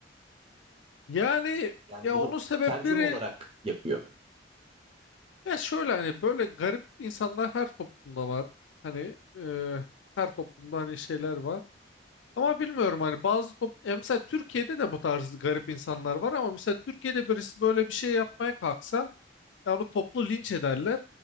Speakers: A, on the left; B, on the right.
A: Yani
B: Yani
A: ya
B: bunu
A: onun sebepleri
B: tercih olarak yapıyor.
A: ya şöyle hani böyle garip insanlar her toplumda var. Hani e, her toplumda hani şeyler var. Ama bilmiyorum hani bazı top ya mesela Türkiye'de de bu tarz garip insanlar var ama mesela Türkiye'de birisi böyle bir şey yapmaya kalksa Ya onu toplu linç ederler.